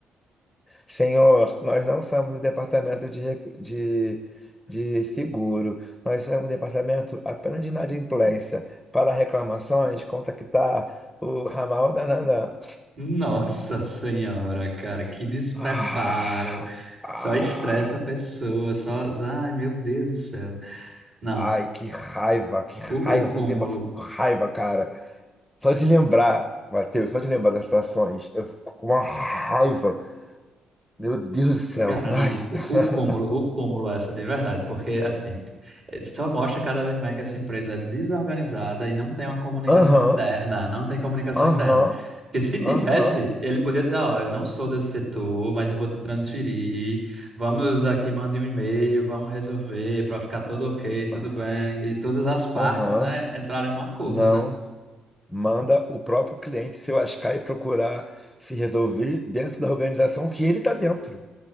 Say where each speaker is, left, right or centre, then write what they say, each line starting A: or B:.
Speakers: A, in the centre; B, on the right.
A: Senhor, nós não somos o departamento de, recu- de, de seguro, nós somos o departamento apenas de inadimplência. Para reclamações, contactar o ramal da Nanã.
B: Nossa senhora, cara, que despreparo.
A: Ah, ah,
B: Só estressa a pessoa, só, ai, meu Deus do céu. Não,
A: ai, que raiva, que raiva,
B: o, o cúmulo.
A: só de lembrar, eu fico com raiva, cara. Só de lembrar, Matheus, só de lembrar das situações, eu fico com uma raiva. Meu Deus do céu.
B: Cara,
A: Ai.
B: não,
A: <laughs>
B: o, o cúmulo, o cúmulo é essa de verdade, porque assim, eh, só mostra cada vez mais que essa empresa é desorganizada e não tem uma comunicação
A: Aham,
B: interna, não tem comunicação
A: aham,
B: interna. Porque se
A: aham,
B: tivesse, ele podia dizer, ó, eu não sou desse setor, mas eu vou te transferir, vamos aqui, mande um e-mail, vamos resolver para ficar tudo ok, tudo
A: aham,
B: bem, e todas as partes,
A: aham.
B: né, entrarem num acordo,
A: Não,
B: né?
A: manda o próprio cliente se lascar e procurar se resolver dentro da organização que ele tá dentro.